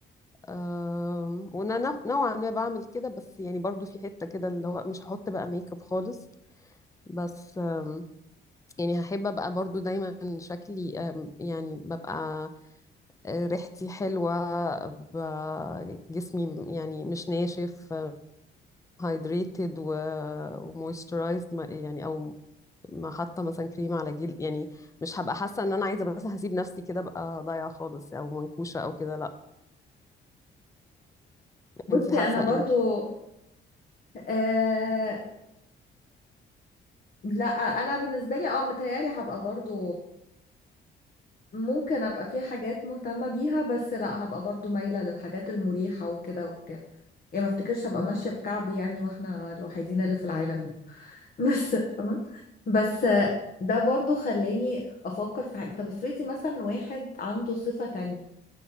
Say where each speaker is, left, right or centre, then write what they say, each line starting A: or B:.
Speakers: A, on the left; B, on the left.
A: آم، وأنا نوع- نوعا ما بعمل كده بس يعني برضو في حتة كده اللي هو مش هحط بقى ميك اب خالص بس آم، يعني هحب أبقى برضو دايما شكلي آم، يعني ببقى آه، ريحتي حلوة ب- جسمي يعني مش ناشف هايدريتد ومويسترايزد يعني او ما حاطه مثلا كريم على جلد يعني مش هبقى حاسه ان انا عايزه بس هسيب نفسي كده بقى ضايعه خالص او منكوشه او كده لا
B: بصي
A: انتي حاسه
B: انا برضو
A: ايه
B: آه... لا انا بالنسبه لي اه متهيالي هبقى برضو ممكن ابقى في حاجات مهتمة بيها بس لا هبقى برضو مايلة للحاجات المريحة وكده وبتاع يعني ما افتكرش هبقى
A: مم.
B: ماشية بكعبي يعني واحنا الوحيدين اللي في العالم يعني <laughs> بس فاهمة بس ده برضو خلاني افكر في حاجة طب افرضي مثلا واحد عنده صفة تانية